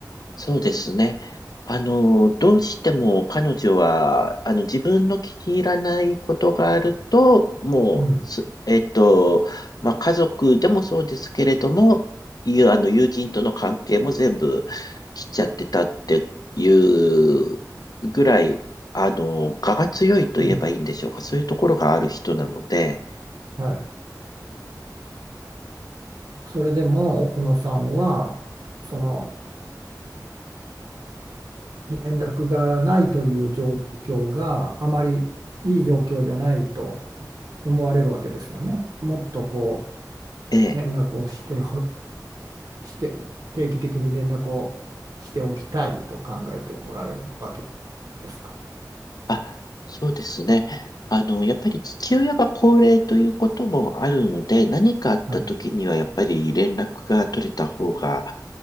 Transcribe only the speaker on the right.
うん、
うん、
はい。それでも奥野さんはその連絡がないという状況があまりいい状況じゃないと思われるわけですよね。もっとこ
う連絡をしてほして、定期的に連絡をしておきたいと考えておられるわけですか。
はい。